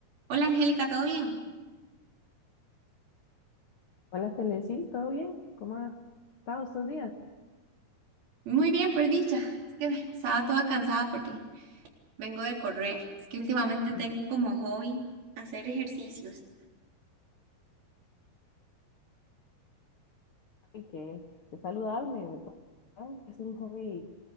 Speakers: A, on the right; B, on the left.
A: Hola Angélica, ¿todo bien?
B: Hola, Celesi, ¿todo bien? ¿Cómo ha estado estos días?
A: Muy bien, por dicha. Es que estaba toda cansada porque vengo de correr. Es que últimamente tengo
B: Mm.
A: como hobby hacer ejercicios.
B: Ay, Que es saludable, ¿verdad? Es un hobby